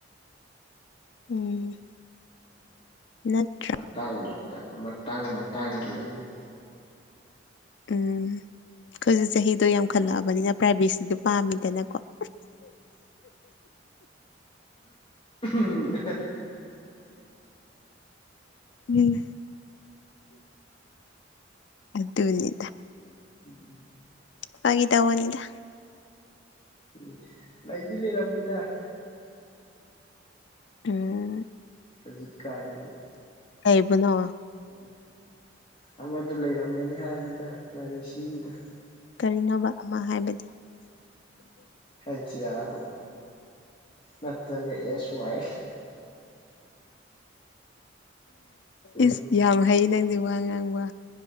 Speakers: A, on the left; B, on the left.
A: ꯎꯝ ꯅꯠꯇ꯭ꯔ
B: ꯃꯇꯥꯡ ꯃꯇꯥꯡ ꯃꯇꯥꯡꯒꯤ ꯑꯃꯨꯛ
A: ꯎꯝ ꯑꯩꯈꯣꯏꯁꯨ ꯆꯍꯤꯗꯣ ꯌꯥꯝꯈꯠꯂꯛꯑꯕꯅꯤꯅ ꯄ꯭ꯔꯥꯏꯚꯦꯠꯁꯤꯗꯤ ꯄꯥꯝꯃꯤꯗꯅꯀꯣ <inaudible>
B: ꯎꯝ
A: ꯎꯝ ꯑꯗꯨ ꯑꯗꯨꯅꯤ
B: ꯎꯝ
A: ꯄꯒꯤ ꯇꯒꯅꯤꯗ
B: ꯎꯝ ꯂꯩꯗꯤ ꯂꯩꯔꯝꯅꯤꯗ
A: ꯑꯣ
B: ꯍꯧꯖꯤꯛ ꯀꯥꯟꯅꯤꯕꯨ
A: ꯍꯥꯏꯩꯕꯨ ꯅꯣ
B: ꯎꯝ ꯑꯃꯗꯨ ꯂꯩꯔꯝꯒꯅꯤ ꯍꯥꯏꯕꯅꯤꯗ ꯄ꯭ꯔꯥꯏꯚꯦꯁꯤꯒꯤꯗꯨ
A: ꯀꯔꯤꯅꯣꯕ ꯑꯃ ꯍꯥꯏꯕꯗꯤ <inaudible>
B: ꯍꯩꯆ ꯏ ꯑꯥꯔ ꯑꯣ ꯅꯠꯇ꯭ꯔꯒ ꯑꯦꯁ ꯋꯥꯏ ꯎꯝ
A: ꯏꯁ ꯌꯥꯝ ꯍꯩ ꯅꯪꯗꯤ ꯋꯥ ꯉꯥꯡꯕ